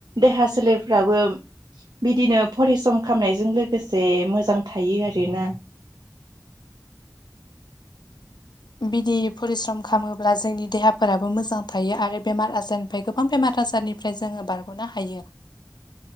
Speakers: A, on the right; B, on the left.
A: देहा सोलेरफ्राबो बिदिनो फरिश्रम खालामनायजों लोग लोगोसे मोजां थायो आरोना?
B: बिदि फरिश्रम खालामोब्ला जोंनि देहाफोराबो मोजां थायो आरो बेमार आजारनिफ्राय गोबां बेमार आजारनि ओमफ्राय जोङो बारग'नो हायो।